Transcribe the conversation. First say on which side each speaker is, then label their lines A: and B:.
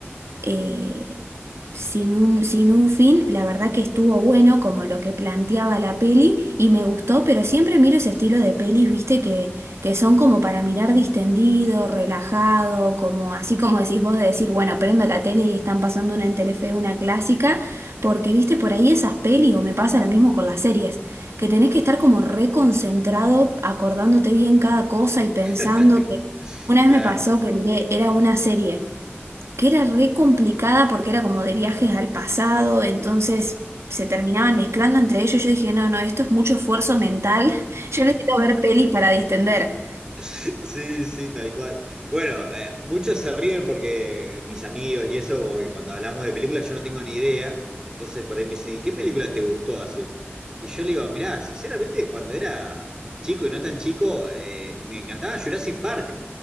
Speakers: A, on the right; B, on the right.
A: eh, sin un, sin un fin, la verdad que estuvo bueno como lo que planteaba la peli y me gustó, pero siempre miro ese estilo de pelis, viste, que, que son como para mirar distendido, relajado, como así como decís vos de decir, bueno, prendo la tele y están pasando una en Telefe, una clásica, porque viste por ahí esas pelis, o me pasa lo mismo con las series, que tenés que estar como reconcentrado, acordándote bien cada cosa y pensando
B: <laughs>
A: que... Una
B: claro.
A: vez me pasó que miré, era una serie que era re complicada porque era como de viajes al pasado, entonces se terminaban mezclando entre ellos. Yo dije, no, no, esto es mucho esfuerzo mental, <laughs> yo necesito ver pelis para distender.
B: Sí, sí, tal cual. Bueno, eh, muchos se ríen porque mis amigos y eso, porque cuando hablamos de películas yo no tengo ni idea. Entonces por ahí me dicen, ¿y qué película te gustó así? Y yo le digo, mirá, sinceramente, cuando era chico y no tan chico, eh, me encantaba Jurassic Park.